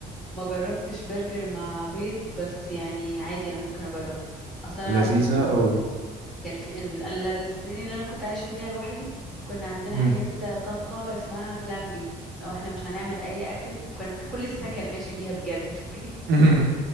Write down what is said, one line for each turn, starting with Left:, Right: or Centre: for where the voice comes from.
Centre: ما جربتش برجر مع بيض بس يعني عادي انا ممكن اجرب اصلا
Right: لذيذة قوي
Centre: كان في ال... ال- السنين اللي انا كنت عايشه فيها لوحدي كنا عندنا
Right: مم.
Centre: حاجه كده طبخه اسمها بلان بي لو احنا مش هنعمل اي اكل كان كل السكن ماشي بيها بجد <laughs>
Right: <laughs>